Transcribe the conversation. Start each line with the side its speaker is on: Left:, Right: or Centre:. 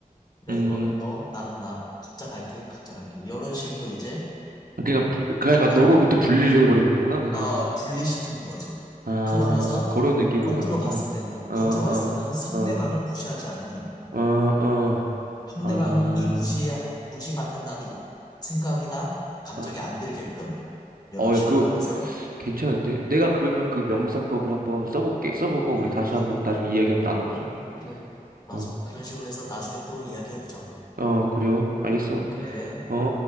Left: 그래,
Right: 음.
Left: 너는 너, 나는 나. 각자 갈 길, 각자 갈 길. 이런 식으로 이제
Right: 그러니까 그러니까
Left: 약간
Right: 너로부터 분리를 해버린 거구나 그냥.
Left: 어, 분리시키는 거지.
Right: 아,
Left: 그러면서
Right: 그런 느낌으로
Left: 겉으로
Right: 가는구나.
Left: 봤을 때는,
Right: 어,
Left: 겉으로
Right: 어,
Left: 봤을 때는 상대방을
Right: 어,
Left: 무시하지 않는,
Right: 어, 어.
Left: 상대방이
Right: 아,
Left: 무시, 무시받는다는 생각이나 감정이
Right: 아.
Left: 안 들게끔, 이런
Right: 어,
Left: 식으로
Right: 야, 그
Left: 하면서,
Right: 괜찮은데? 내가 그러면 그 명상법을 한번 써볼게. 써보고
Left: 어,
Right: 우리 다시 한번 나중에 이야기 한번 나눠보자고.
Left: 그래, 맞아.
Right: 어,
Left: 그런 식으로 해서 나중에 또 이야기해보자고.
Right: 어, 그래요. 알겠어.
Left: 그래.
Right: 어.